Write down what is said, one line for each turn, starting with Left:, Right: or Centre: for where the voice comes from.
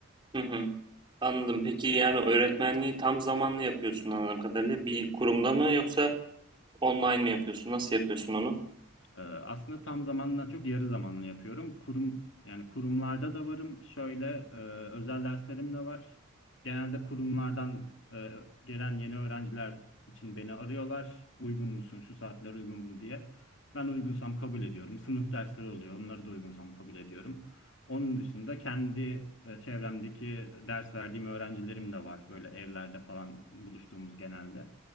Right: Hı hı. Anladım. Peki yani öğretmenliği tam zamanlı yapıyorsun anladığım kadarıyla. Bir kurumda mı yoksa online mi yapıyorsun? Nasıl yapıyorsun onu?
Left: Ee, Aslında tam zamandan çok yarı zamanlı yapıyorum. Kurum yani kurumlarda da varım. Şöyle e, özel derslerim de var. Genelde kurumlardan e, gelen yeni öğrenciler için beni arıyorlar. Uygun musun? Şu saatler uygun mu diye. Ben uygunsam kabul ediyorum. Sınıf dersleri oluyor. Onları da uygunsam kabul ediyorum. Onun dışında kendi e, çevremdeki ders verdiğim öğrencilerim de var. Böyle evlerde falan buluştuğumuz genelde.